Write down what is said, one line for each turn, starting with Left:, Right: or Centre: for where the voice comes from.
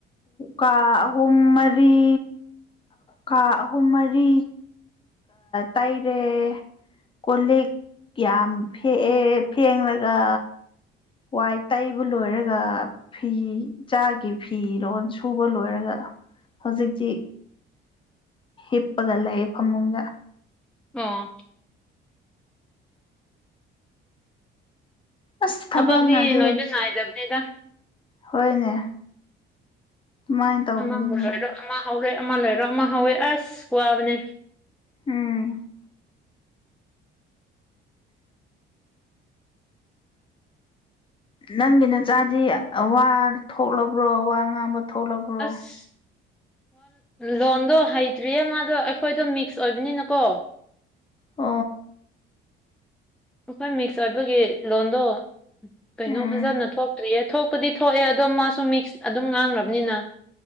Left: ꯀꯥ ꯑꯍꯨꯝ ꯃꯔꯤ ꯀꯥ ꯑꯍꯨꯝ ꯃꯔꯤ ꯇꯥꯏꯔꯦ ꯀꯣ ꯂꯤꯛ ꯌꯥꯝ ꯐꯦꯛꯑꯦ ꯐꯦꯡꯂꯒ ꯋꯥꯏ ꯇꯩꯕ ꯂꯣꯏꯔꯒ ꯐꯤ ꯆꯥꯒꯤ ꯐꯤꯔꯣꯜ ꯁꯨꯕ ꯂꯣꯏꯔꯒ ꯍꯧꯖꯤꯛꯁꯤ ꯏꯄꯒꯂ ꯐꯃꯨꯒ
Centre: ꯑꯥ
Left: ꯑꯁ ꯊꯕꯛꯅꯗꯤ
Centre: ꯊꯕꯛꯇꯤ ꯂꯣꯏꯅ ꯅꯥꯏꯗꯕꯅꯦꯗ
Left: ꯍꯣꯏꯅꯦ ꯑꯗꯨꯃꯥꯏꯅ ꯇꯧꯕꯅꯤꯅꯦ
Centre: ꯑꯃꯕꯨ ꯂꯣꯏꯔꯣ ꯑꯃ ꯍꯧꯔꯦ ꯑꯃ ꯂꯣꯏꯔꯣ ꯑꯃ ꯍꯧꯋꯦ ꯑꯁ ꯋꯥꯕꯅꯦ
Left: ꯎꯝ ꯅꯪꯒꯤ ꯅꯆꯥꯗꯤ ꯋꯥ ꯊꯣꯛꯂꯕ꯭ꯔꯣ ꯋꯥ ꯉꯥꯡꯕ ꯊꯣꯛꯂꯕ꯭ꯔꯣ
Centre: ꯑꯁ ꯂꯣꯟꯗꯣ ꯍꯩꯇ꯭ꯔꯤꯌꯦ ꯃꯥꯗꯣ ꯑꯩꯈꯣꯏꯗꯣ ꯃꯤꯛꯁ ꯑꯣꯏꯕꯅꯤꯅꯀꯣ
Left: ꯎ
Centre: ꯑꯩꯈꯣꯏ ꯃꯤꯛꯁ ꯑꯣꯏꯕꯒꯤ ꯂꯣꯟꯗꯣ ꯀꯩꯅꯣ
Left: ꯎꯝ
Centre: ꯐꯖꯅ ꯊꯣꯛꯇ꯭ꯔꯤꯌꯦ ꯊꯣꯛꯄꯗꯤ ꯊꯣꯛꯑꯦ ꯑꯗꯣ ꯃꯥꯁꯨ ꯃꯤꯛꯁ ꯑꯗꯨꯝ ꯉꯥꯡꯈ꯭ꯔꯕꯅꯤꯅ